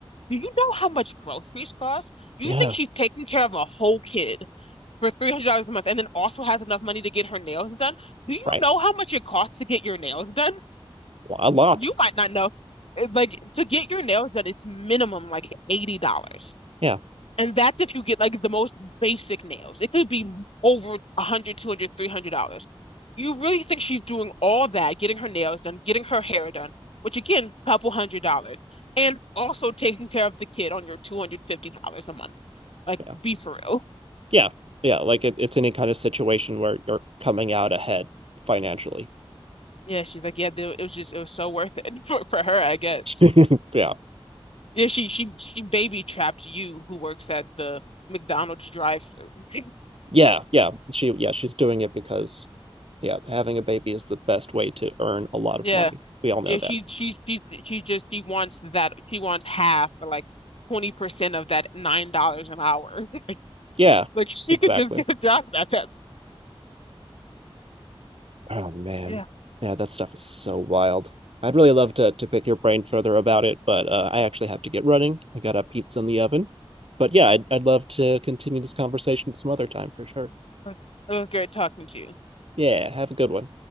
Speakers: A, on the left; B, on the right.
A: Do you know how much groceries cost? You
B: Yeah,
A: think she's taking care of a whole kid for $300 a month and then also has enough money to get her nails done? Do you
B: right.
A: know how much it costs to get your nails done?
B: A lot.
A: You might not know. It- Like to get your nails done, it's minimum like $80.
B: Yeah.
A: And that's if you get like the most basic nails. It could be over 100, 200, 300 dollars. three hundred dollars. You really think she's doing all that, getting her nails done, getting her hair done, which again, couple hundred dollars, and also taking care of the kid on your $250 a month. Like,
B: Yeah.
A: be for real.
B: Yeah. Yeah. Like it, it's any kind of situation where you're coming out ahead financially.
A: Yeah, she's like, yeah, they- it was just, it was so worth it <laughs> for, for her, I guess.
B: <laughs> Yeah.
A: Yeah, she she she baby trapped you who works at the McDonald's drive-through. <laughs>
B: Yeah. Yeah. She, yeah, she's doing it because, yeah, having a baby is the best way to earn a lot of
A: Yeah.
B: money. We all know
A: Yeah,
B: that.
A: she she she she just she wants that she wants half or like 20% of that nine dollars an hour. <laughs>
B: Yeah.
A: Like she
B: Exactly.
A: could just get a job at that.
B: Oh, man.
A: Yeah.
B: Yeah. That stuff is so wild. I'd really love to, to pick your brain further about it, but uh, I actually have to get running. I got a pizza in the oven. But yeah, I'd, I'd love to continue this conversation some other time for sure.
A: It was it was great talking to you.
B: Yeah. Have a good one.